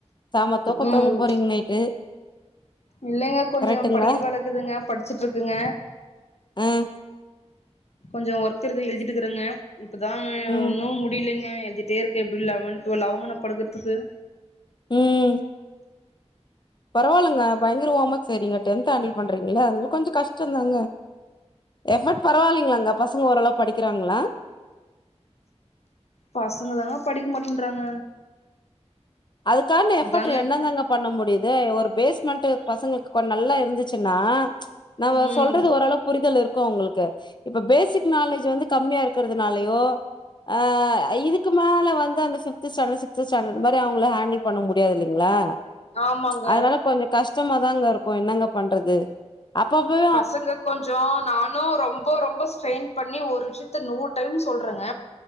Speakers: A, on the left; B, on the left.
A: அப்பப்போ
B: ம்
A: தூங்க போறீங்க நைட்டு
B: இல்லைங்க கொஞ்ஜோம்
A: கரெக்ட்டுங்களா
B: படிக்கிற வளக்குதுங்க படிச்சுட்டு இருக்குங்க
A: ம்
B: கொஞ்சம் ஒர்க் இருக்கு எழுதிட்டு இருக்கறங்க இப்பதான்
A: ம்
B: ஒன்னும் முடியலைங்க எழுதிட்டே இருக்கன் பில் அமொன்ட் லவ்னோ படுக்குற்துக்கு
A: ம் பரவால்லங்க பயங்கர வர்மக் செய்றீங்க டென்ட் ஹேண்டில் பண்றீங்கள அதுவும் கொஞ்ஜோம் கஷ்டோம் தாங்க எஃபர்ட் பரவாயில்லைங்க அங்க பசங்க ஓரளவு படிக்கிறாங்களா
B: பசங்க தான் படிக்க மாட்டேன்றாங்க
A: அதுக்கான எஃப்பர்ட்
B: அதாங்க
A: என்னதாங்க பண்ண முடியுது ஒரு பேஸ்மெண்ட் பசங்களுக்கு கொஞ்சோம் நல்லா இருந்துச்சுன்னா நம்ம
B: ம்
A: சொல்றது ஓரளவு புரிதல் இருக் கும் உங்களுக்கு இப்ப பேசிக் நாலேஜ் வந்து கம்மியா இருக்கிறதுனாலயோ அ இதுக்கு மேல வந்து அந்த ஃப்பிப்த் ஸ்டாண்டர்ட் சிக்த் ஸ்டாண்டர்ட் மாதிரி அவுங்கள ஹண்டில் பண்ண முடியாது இல்லீங்களா
B: ஆமாங்க
A: அதனால கொஞ்சம் கஷ்டம் கஷ்டமாதாங்க இருக்கும் என்னங்க பண்றது அப்பபோ
B: பசங்க கொஞ்ஜோம் நானும் ரொம்ப ரொம்ப ஸ்ட்ரெயின் பண்ணி ஒரு விஷயத்த நூறு டைம் சொல்றங்க